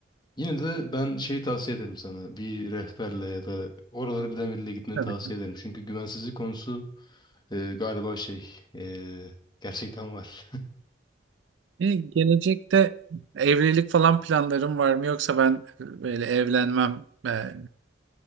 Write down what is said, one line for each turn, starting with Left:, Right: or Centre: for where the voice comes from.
Left: Yine de ben şeyi tavsiye ederim sana. Bir rehberle ya da oraları bilen biriyle gitmeni
Right: Tabii
Left: tavsiye
Right: ki.
Left: ederim. Çünkü güvensizlik konusu e, galiba şey e, gerçekten var.
Right: E, gelecekte evlilik falan planlarım var mı yoksa ben böyle evlenmem e,